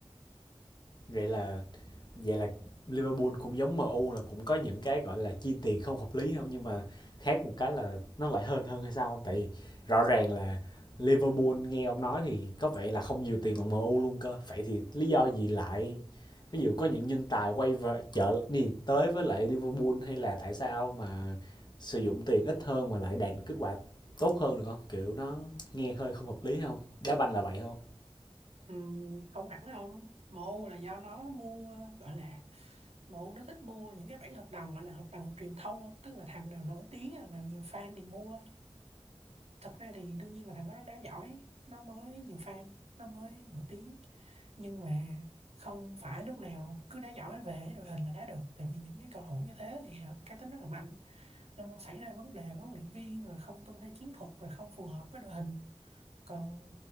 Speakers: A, on the left; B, on the right.
A: Vậy là vậy là Liverpool cũng giống MU là cũng có những cái gọi là chi tiền không hợp lý không nhưng mà khác một cái là nó lại hơn hơn hay sao không? Tại vì rõ ràng là Liverpool nghe ông nói thì có vẻ là không nhiều tiền bằng MU luôn cơ. Vậy thì lý do gì lại ví dụ có những nhân tài quay về chợ đi tới với lại Liverpool hay là tại sao mà sử dụng tiền ít hơn mà lại đạt được kết quả tốt hơn được không? Kiểu nó nghe hơi không hợp lý không? Đá banh là vậy không?
B: Ừm, không hẳn không MU là do nó mua gọi là MU nó thích mua những cái bản hợp đồng gọi là hợp đồng truyền thông không tức là thằng nào nổi tiếng thằng nào nhiều fan thì mua thật ra thì đương nhiên là thằng đó nó đá giỏi nó mới nhiều fan nó mới nổi tiếng nhưng mà không phải lúc nào cứ đá giỏi về đội hình là đá được tại vì những cái cầu thủ như thế thì họ cá tính rất là mạnh luôn luôn xảy ra vấn đề với huấn luyện viên rồi không tuân theo chiến thuật rồi không phù hợp với đội hình còn